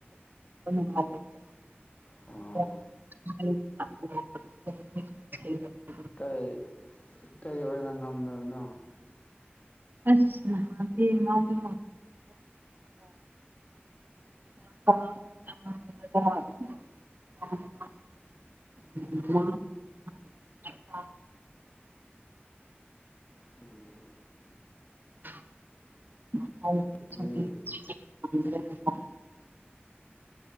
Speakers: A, on the right (about 50°); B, on the left (about 35°).
A: <unintelligible>
B: ꯑꯣ ꯀꯩ ꯀꯩ ꯑꯣꯏꯔ ꯉꯝꯗꯕꯅꯣ
A: ꯑꯗꯤ ꯃꯥꯗ <unintelligible> <unintelligible>
B: ꯎꯝ
A: <unintelligible>
B: ꯍꯥꯏꯗꯤ